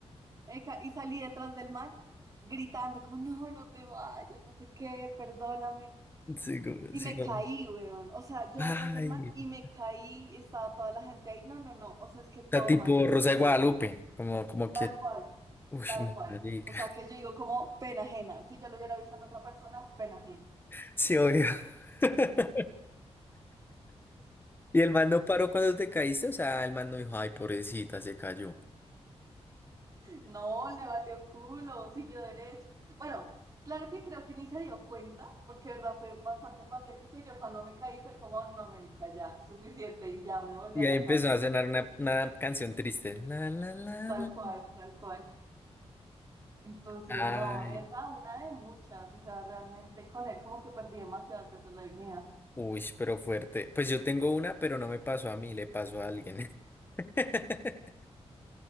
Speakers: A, on the right; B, on the left.
A: El Y salí detrás del man gritando como, no, no te vayas, no sé qué, perdóname.
B: Sí, como,
A: Y
B: sí,
A: me
B: como,
A: caí, weón. O sea, yo
B: ay.
A: detrás del man y
B: O
A: me caí, estaba toda la gente ahí. No, no, no. O sea, es que todo
B: sea, tipo
A: mal,
B: Rosa
A: de verdad.
B: de Guadalupe, como, como que,
A: Tal cual,
B: uy,
A: tal
B: me
A: cual.
B: marica.
A: O sea, que yo digo como pena ajena. Si yo lo hubiera visto en otra persona, pena ajena.
B: <laughs> Sí, obvio. <laughs> Y el man
A: <laughs>
B: no paró cuando te caíste, o sea, el man no dijo, ay, pobrecita, se cayó.
A: No, le valió culo, siguió derecho. Bueno, claro que creo que ni se dio cuenta, porque de verdad fue bastante patético y yo cuando me caí fue como, no, América, ya, suficiente y ya me volví
B: Y
A: a
B: ahí
A: la
B: empezó
A: casa,
B: a sonar una, una canción triste. La, la, la.
A: tal
B: la.
A: cual, tal cual. Entonces,
B: Ay,
A: no, esa una de muchas, o sea, realmente con él como que perdí demasiadas veces la dignidad.
B: uy, pero fuerte. Pues yo tengo una, pero no me pasó a mí, le pasó a alguien. <laughs>